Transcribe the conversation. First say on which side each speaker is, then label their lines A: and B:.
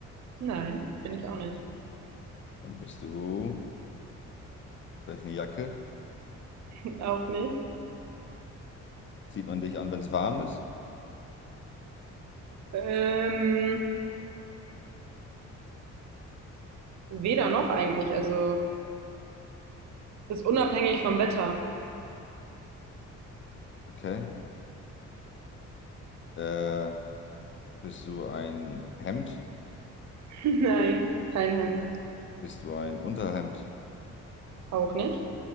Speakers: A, on the right; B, on the left.
A: Nein, bin ich auch nicht.
B: Dann bist du vielleicht eine Jacke.
A: <laughs> Auch nicht.
B: Zieht man dich an, wenn es warm ist.
A: Ähm, weder noch eigentlich. Also, ist unabhängig vom Wetter.
B: Okay. Äh, bist du ein Hemd?
A: <laughs> Nein, kein Hemd.
B: Bist du ein Unterhemd?
A: Auch nicht?